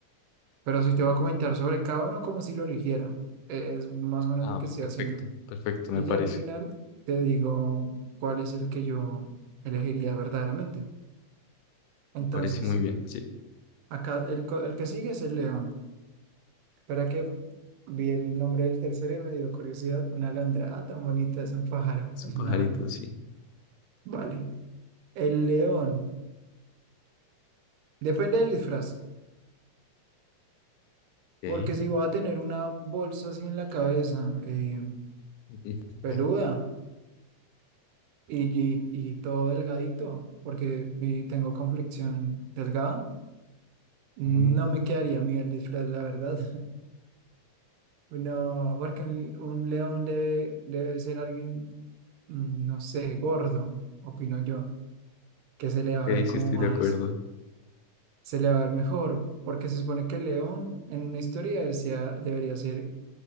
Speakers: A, on the right (about 80°); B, on the left (about 85°).
A: Pero sí te voy a comentar sobre cada uno como si lo eligiera. E- Es más o menos
B: Ah,
A: lo que estoy
B: perfecto,
A: haciendo.
B: perfecto, me
A: Y
B: parece.
A: ya al final te digo cuál es el que yo elegiría verdaderamente. Entonces,
B: Me parece muy bien. Sí,
A: acá el, co- el que sigue es el león. para que vi el nombre del tercero y me dio curiosidad. Una alondra. Ah, tan bonita, es un pájaro,
B: es
A: es
B: un pajarito,
A: una ave.
B: sí.
A: Vale. El león. Depende del disfraz.
B: Ok.
A: Porque si voy a tener una bolsa así en la cabeza, eh,
B: <laughs>
A: peluda y, y, y todo delgadito, porque mi- tengo complexión delgada. No
B: Ajá.
A: me quedaría a mí el disfraz, la verdad. <laughs> No, porque un, un león debe, debe ser alguien, mm, no sé, gordo, opino yo, que se le va
B: Ok,
A: a ver como
B: sí estoy
A: más,
B: de acuerdo.
A: se le va a ver mejor, porque se supone que el león en una historia decía, debería ser